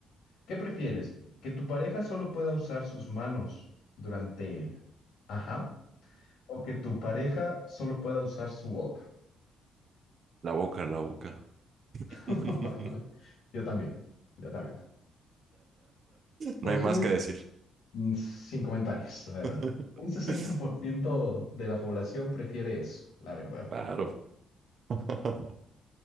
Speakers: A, on the left; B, on the right.
A: ¿Qué prefieres? ¿Que tu pareja solo pueda usar sus manos durante... Ajá. ¿O que tu pareja solo pueda usar su boca?
B: La boca, la boca. <laughs>
A: <laughs> Yo también, yo también. Pues
B: No hay más
A: un
B: que decir.
A: Mm, Sin comentarios, la verdad.
B: <laughs>
A: Un sesenta por ciento de la población prefiere eso, la verdad.
B: Claro. <laughs>